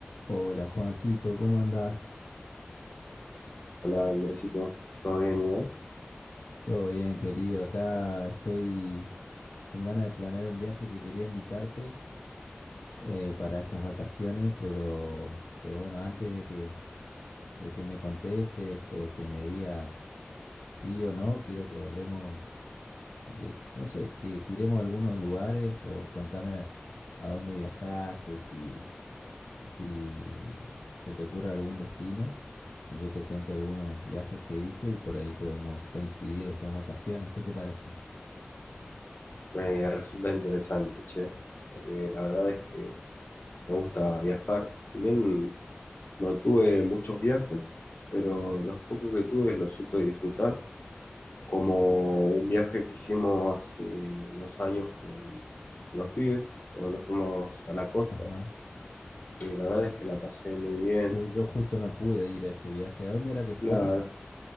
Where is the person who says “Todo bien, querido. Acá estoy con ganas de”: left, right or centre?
Left